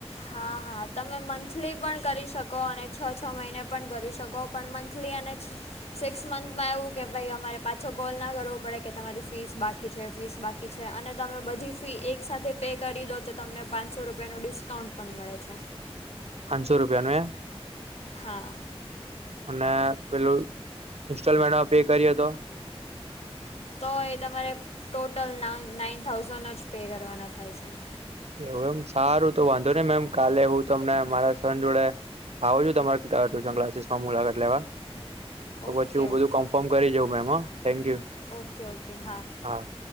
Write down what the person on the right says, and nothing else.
પાંચસો રૂપિયા નું એ.
અને પેલું ઈન્સ્ટોલમેન્ટમાં પે કરીએ તો?
એવું એમ સારું તો વાંધો નઈ મેમ કાલે હું તમને મારા સન જોડે આવો જો તમારે ટ્યુશન ક્લાસીસમાં મુલાકાત લેવા તો
પછી હું
બધું કન્ફર્મ કરી જઉં મે હ થેન્કયુ
હા.